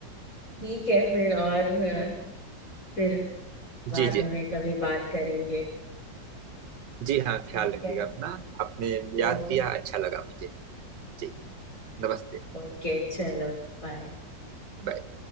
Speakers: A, on the left (about 45°); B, on the right (about 70°).
A: ठीक है फिर और अ, फिर बाद
B: जी जी
A: में कभी बात करेंगे
B: जी हाँ
A: ठीक
B: ख्याल रखिएगा
A: है
B: अपना आपने याद
A: ओके
B: किया अच्छा लगा मुझे जी नमस्ते
A: ओके चलो बाय
B: बाय